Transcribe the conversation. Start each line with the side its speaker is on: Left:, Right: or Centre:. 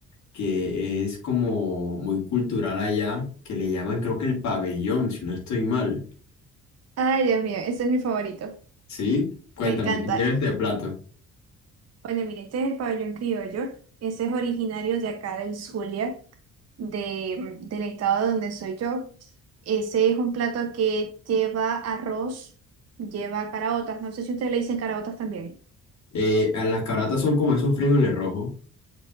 Left: que es como muy cultural allá, que le llaman creo que el pabellón, si no estoy mal.
Right: Ay, Dios mío, ese es mi favorito.
Left: ¿Sí? Cuéntame,
Right: Me encanta.
Left: ¿qué lleva este plato?
Right: Bueno, mire, este es el pabellón criollo. Ese es originario de acá del Zulia, de, mm, del estado donde soy yo. Ese es un plato que lleva arroz, lleva caraotas. No sé si ustedes le dicen caraotas también.
Left: Eh, las caratas son como esos frijoles rojos.